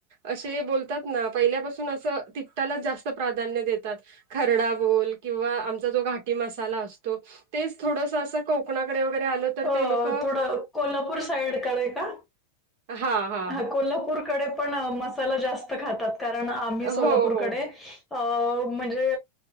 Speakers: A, on the right; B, in the centre.
A: असे बोलतात ना पहिल्यापासून असं ति त्यालाच जास्त प्राधान्य देतात खरडा बोल किंवा जो घाटी मसाला असतो तेच थोडंच अस कोकणाकडे वैगेरे आलं तर
B: अ
A: ते लोकं
B: थोडं कोल्हापूर साईड का?
A: हा हा
B: ह कोल्हापूरकडे पण मसाला जास्त खातात कारण आम्ही
A: हो,
B: सोलापूरकडे
A: हो.
B: अ म्हणजे